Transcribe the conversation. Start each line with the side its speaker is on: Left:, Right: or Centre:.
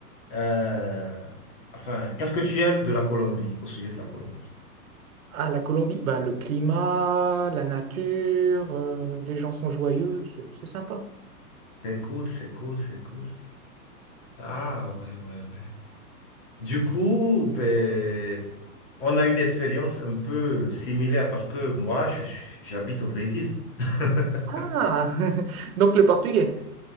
Left: euh, enfin, qu'est-ce que tu aimes de la Colombie, au sujet de la Colombie?
Right: Ah, la Colombie, bah, le climat, la nature, euh, les gens sont joyeux, c'est c'est sympa.
Left: C'est cool, c'est cool, c'est cool. Ah ouais, ouais, ouais. Du coup, ben, on a une expérience un peu similaire parce que moi, je- j'habite au Brésil. <laughs>
Right: Ah, <laughs> donc le portugais.